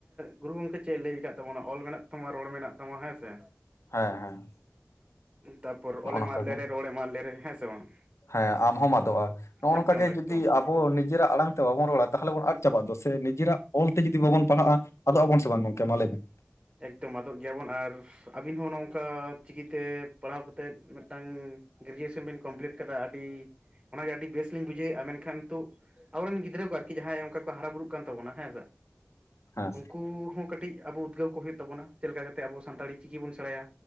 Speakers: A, on the right; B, on the left.
A: ᱜᱩᱨᱩ ᱜᱚᱢᱠᱮ ᱪᱮᱫ ᱮ ᱞᱟᱹᱭ ᱠᱟᱫ ᱛᱟᱵᱚᱱᱟ ᱚᱞ ᱢᱮᱱᱟᱜ ᱛᱚᱢᱟ ᱨᱚᱲ ᱢᱮᱱᱟᱜ ᱛᱟᱢᱟ ᱦᱮᱸ ᱥᱮ
B: ᱦᱮᱸ ᱦᱮᱸ
A: ᱛᱟᱯᱚᱨ
B: ᱱᱚᱜᱼᱚ
A: ᱚᱞᱮᱢ
B: ᱱᱚᱝᱠᱟ
A: ᱟᱫ ᱞᱮᱨᱮ
B: ᱜᱮ
A: ᱨᱚᱲᱮ ᱮᱢ ᱟᱫ ᱞᱮᱨᱮ ᱦᱮᱸ ᱥᱮ ᱵᱟᱝ
B: ᱦᱮᱸ ᱟᱢ ᱦᱚᱸᱢ ᱟᱫᱚᱜᱼᱟ ᱱᱚᱜᱼᱚ
A: ᱮᱠᱫᱚᱢ
B: ᱱᱚᱝᱠᱟ ᱜᱮ
A: ᱮᱠᱫᱚᱢ
B: ᱡᱩᱫᱤ ᱟᱵᱚ ᱱᱤᱡᱮᱨᱟᱜ ᱟᱲᱟᱝ ᱛᱚ ᱵᱟᱵᱚᱱ ᱨᱚᱲᱟ ᱛᱟᱦᱚᱞᱮ ᱵᱚᱱ ᱟᱫ ᱪᱟᱵᱟᱜᱼᱟ ᱫᱚ ᱥᱮ ᱱᱤᱡᱮᱨᱟᱜ ᱚᱞᱛᱮ ᱡᱩᱫᱤ ᱵᱟᱵᱚᱱ ᱯᱟᱲᱦᱟᱜᱼᱟ ᱟᱫᱚ ᱟᱵᱚᱱ ᱥᱮ ᱵᱟᱝ ᱜᱚᱝᱠᱮ ᱢᱟ ᱞᱟᱹᱭᱵᱤᱱ?
A: ᱮᱠᱫᱚᱢ ᱟᱫᱚᱜ ᱜᱮᱭᱟᱵᱚᱱ ᱟᱨ ᱟᱹᱵᱤᱱ ᱦᱚᱸ ᱚᱱᱚ ᱚᱱᱠᱟ ᱪᱤᱠᱤᱛᱮ ᱯᱟᱲᱦᱟᱣ ᱠᱟᱛᱮᱫ ᱢᱤᱫᱴᱟᱝ ᱜᱨᱮᱡᱩᱭᱮᱥᱮᱱ ᱵᱤᱱ ᱠᱚᱢᱯᱤᱞᱤᱴ ᱠᱟᱫᱟ ᱟᱹᱰᱤ ᱚᱱᱟᱜᱮ ᱟᱹᱰᱤ ᱵᱮᱥ ᱞᱤᱧ ᱵᱩᱡᱷᱟᱹᱣᱮᱫᱼᱟ ᱢᱮᱱᱠᱷᱟᱱ ᱱᱮᱛᱳᱜ ᱟᱵᱚᱨᱮᱱ ᱜᱤᱫᱽᱨᱟᱹ ᱟᱨᱠᱤ ᱡᱟᱦᱟᱸᱭ ᱚᱝᱠᱟ ᱠᱚ ᱦᱟᱨᱩ ᱵᱩᱨᱩᱜ ᱠᱟᱱᱟ ᱛᱟᱵᱚᱱᱟ ᱦᱮᱸ ᱥᱮ
B: ᱦᱮᱸ
A: ᱩᱱᱠᱩ ᱦᱚᱸ ᱠᱟᱹᱴᱤᱡ ᱟᱵᱚ ᱩᱫᱽᱜᱟᱹᱣ ᱠᱚ ᱦᱩᱭᱩᱜ ᱛᱟᱵᱚᱱᱟ ᱪᱮᱫᱞᱮᱠᱟ ᱠᱟᱛᱮ ᱟᱵᱚ ᱥᱟᱱᱛᱟᱲᱤ ᱪᱤᱠᱤ ᱵᱚᱱ ᱥᱮᱬᱟᱭᱟ